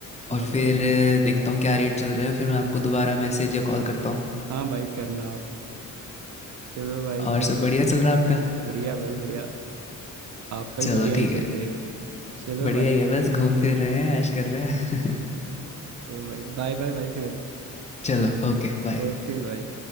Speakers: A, on the right; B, on the left.
A: हाँ
B: और फिर
A: भाई
B: अ, देखता हूँ क्या रेट चल रहे हैं फिर मैं आपको दोबारा मैसेज या कॉल करता हूँ
A: हाँ भाई करना आप चलो भाई
B: और
A: फिर
B: सब बढ़िया चल रहा है आपका
A: बढ़िया भाई बढ़िया आपका
B: चलो
A: भी बढ़िया ही
B: ठीक है
A: चले चलो
B: बढ़िया
A: भाई
B: ही है बस घूम फिर रहे हैं ऐश कर रहे हैं
A: चलो भाई बाय बाय भाई फिर
B: <laughs> चलो ओके बाय
A: ओके भाई